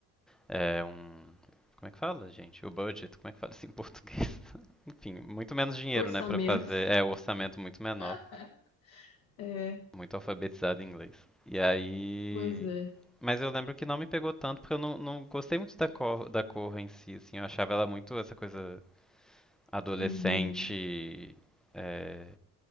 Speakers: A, in the centre; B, on the left.
A: é, um, como é que fala, gente? O budget, como é que fala isso em português? <laughs> Enfim, muito menos dinheiro,
B: Orçamento.
A: né, Pra fazer, é, o orçamento muito menor,
B: <laughs> É,
A: muito alfabetizado em inglês. E aí,
B: pois é.
A: mas eu lembro que não me pegou tanto porque eu não, não gostei muito da cor, da cor em si, assim, eu achava ela muito essa coisa adolescente
B: Uhum,
A: é,